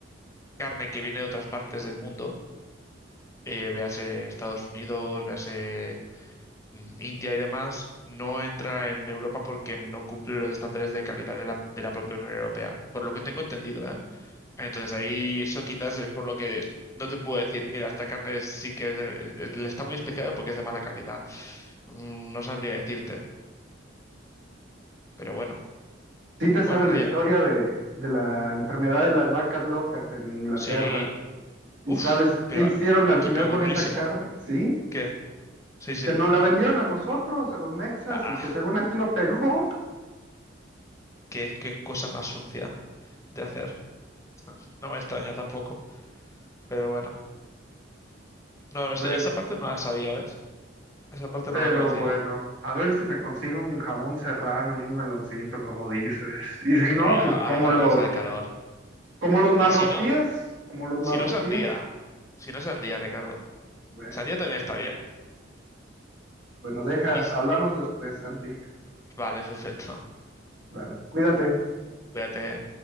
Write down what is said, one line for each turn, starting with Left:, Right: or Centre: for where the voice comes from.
Left: carne que viene de otras partes del mundo, eh, véase Estados Unidos, véase mm, India y demás, no entra en Europa porque no cumple los estándares de calidad de la, de la propia Unión Europea, por lo que tengo entendido, ¿eh? Entonces ahí eso quizás es por lo que no te puedo decir, mira, esta carne sí que es de- es- le está muy especiada porque es de mala calidad. Mm, No sabría decirte, pero bueno.
Right: Sí te sabes
Left: Bueno, en realidad,
Right: la historia de, de la enfermedad de las vacas locas en Inglaterra.
Left: sí.
Right: ¿Y
Left: Uf,
Right: sabes
Left: pero
Right: qué hicieron
Left: a- aquí
Right: al final
Left: pego
Right: con
Left: durísimo.
Right: esa carne? Sí,
Left: ¿Qué? Sí, sí.
Right: que nos la vendieron a nosotros, a los mexas,
Left: Ah,
Right: y que según aquí no pegó. <laughs>
Left: qué, qué cosa más sucia de hacer. <laughs> No me extraña tampoco, pero bueno. No, no,
Right: Bueno,
Left: esta esta parte no la sabía, ¿ves? Esa parte
Right: pero
Left: no la conocía.
Right: bueno, a ver si me consigo un jamón serrano y un meloncito, como dices. Y si no,
Left: Eh, ahora,
Right: pues
Left: ahora
Right: como
Left: para
Right: los,
Left: pasar el calor.
Right: como los marroquíes,
Left: Y si no,
Right: como los marroquíes.
Left: si no sandía. Si no sandía, Ricardo.
Right: Bueno,
Left: Sandía también está bien.
Right: bueno, deja,
Left: Y, s-
Right: hablamos después, Santi.
Left: vale, perfecto.
Right: Vale, cuídate.
Left: <laughs> Cuídate.